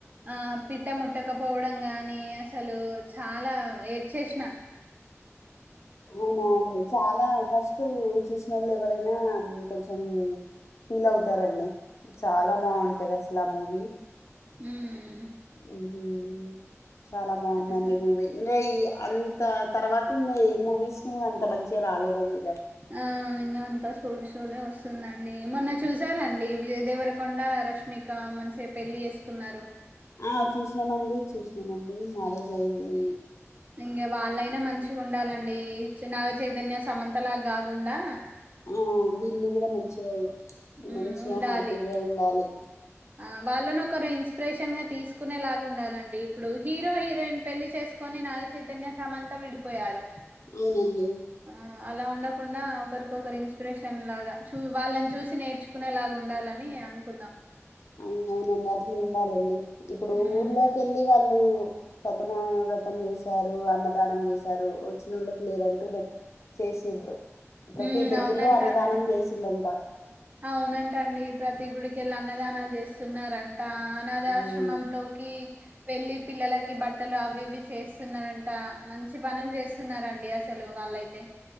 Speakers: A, on the right; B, on the left.
A: ఆ పిట్ట ముట్టకపోవడం గాని అసలు చాలా ఏడ్చేష్న
B: అవునాండి. చాలా ఫస్ట్ చూసినోళ్ళు ఎవరైనా కొంచెం ఫీలవుతారండి. చాలా బాగుంటదసలు ఆ మూవీ
A: హ్మ్
B: మ్. చాలా బాగుందండి
A: అసలు
B: మూవీ ఇంగా ఈ అం త తర్వాత ఇంగ ఏ మూవీస్ అంత మంచిగ రాలేదండి. ఇక
A: ఆ ఇంగ అంత సోది సోదే వస్త వస్తుందండి. మొన్న చూసారా అండి విజయ దేవరకొండ రష్మిక మంచిగ పెళ్లి చేసుకున్నారు.
B: ఆ చూస్నమండి చూస్నమండి. మ్యారేజ్ అయ్యింది.
A: ఇంగ వాళ్ళైనా మంచి గుండాలండి. నాగ చైతన్య సమంత లాగ్కాకుండా
B: ఆ వీళ్ళు కూడా మంచిగా
A: మ్మ్
B: మంచిగా
A: ఉండాలి
B: హ్యాపీగా ఉండాలి.
A: ఆ వాళ్ళనోకరు ఇన్స్పిరేషన్గా తీసుకునే లాగా ఉండాలండి ఇప్పుడు హీరో హీరోయిన్ పెళ్లి చేసుకో ని నాగ చైతన్య సమంత విడిపోయారు.
B: అవునండి
A: ఆ అలా ఉండకుండా ఒకరి కొకరు ఇన్స్పిరేషన్ లాగా చూ వాళ్ళని చూసి నేర్చుకునే లాగుండాలని అనుకుందాం.
B: అవునవునండి. అట్లుండాలండి ఇప్పుడు
A: మ్మ్
B: ఊర్లో కెళ్ళి వాళ్ళు సత్య నారాయణ వ్రతం చేశారు. అన్నదానం చేశారు. వచ్చినోళ్ళకి లేదంటూ బెట్ చేసిండ్రు. ప్రతి
A: ఉమ్
B: టెంపుల్లో
A: అవునంట
B: అన్నదానం
A: అండి
B: చేసిండంట
A: అవునంటండి. ప్రతి గుడికెళ్ళి అన్నదానాలు చేస్తున్నార ంట. ఆ అనాథాశ్రమంలోకి
B: హ్మ్.
A: వెళ్ళి పిల్లలకి బట్టలు అవి ఇవి చేస్తున్నరంట. మంచి పనులు చేస్తున్నారండి అసలు వా వాళ్ళైతే